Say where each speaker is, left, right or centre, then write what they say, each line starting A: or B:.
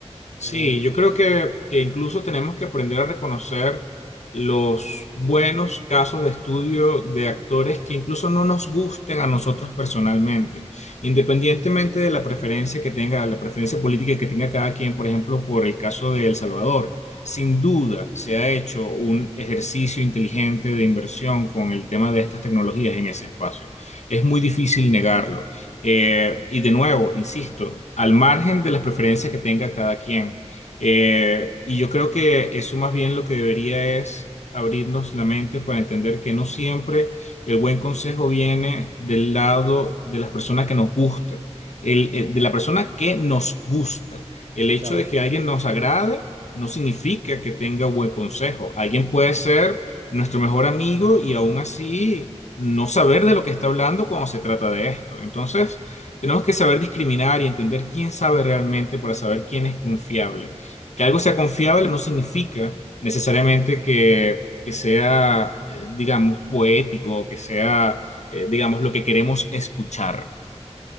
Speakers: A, on the left; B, on the right.
A: Sí,
B: El-
A: yo creo que, que incluso tenemos que aprender a reconocer los buenos casos de estudio de actores que incluso no nos gusten a nosotros personalmente, independientemente de la preferencia que tenga, la preferencia política que tenga cada quien, por ejemplo, por el caso de El Salvador. Sin duda se ha hecho un ejercicio inteligente de inversión con el tema de estas tecnologías en ese espacio. Es muy difícil negarlo. Eh, y de nuevo, insisto, al margen de las preferencias que tenga cada quien. Eh, y yo creo que eso más bien lo que debería es abrirnos la mente para entender que no siempre el buen consejo viene del lado de las personas que nos gusta, el- el- de la persona que nos gusta. El
B: sí,
A: hecho
B: claro.
A: de que alguien nos agrade no significa que tenga buen consejo. Alguien puede ser nuestro mejor amigo y aún así no saber de lo que está hablando cuando se trata de esto. Entonces, tenemos que saber discriminar y entender quién sabe realmente para saber quién es confiable. Que algo sea confiable no significa necesariamente que, que sea, eh, digamos, poético, o que sea, eh, digamos, lo que queremos escuchar.